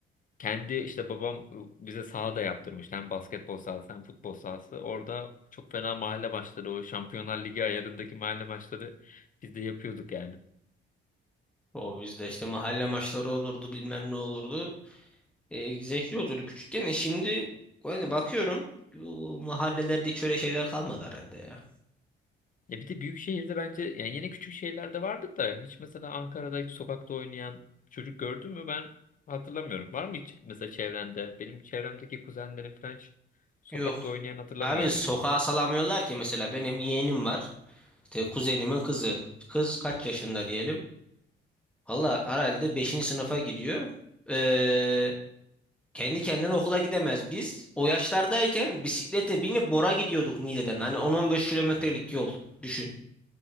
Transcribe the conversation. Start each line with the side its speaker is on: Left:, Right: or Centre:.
Left: Kendi işte babam bize saha da yaptırmış. Hem basketbol sahası hem futbol sahası. Orada çok fena mahalle maçları o Şampiyonlar Ligi ayarındaki mahalle maçları biz de yapıyorduk yani.
Centre: O bizde işte mahalle maçları olurdu bilmem ne olurdu. E, zevkli olurdu küçükken de şimdi yani bakıyorum bu mahallelerde hiç öyle şeyler kalmadı herhalde ya.
Left: Ya bir de büyük şehirde bence yani yine küçük şehirlerde vardır da hiç mesela Ankara'da hiç sokakta oynayan çocuk gördün mü ben hatırlamıyorum. Var mı hiç mesela çevrende? Benim çevremdeki kuzenlerim falan hiç sokakta
Centre: Yok.
Left: oynayan hatırlamıyorum
Centre: Abi sokağa
Left: yani.
Centre: salamıyorlar ki mesela benim yeğenim var. İşte kuzenimin kızı. Kız kaç yaşında diyelim. Valla herhalde beşinci sınıfa gidiyor. Ee, kendi kendine okula gidemez. Biz o yaşlardayken bisiklete binip Bora gidiyorduk Niğde'den. Hani 10-15 kilometrelik yol düşün.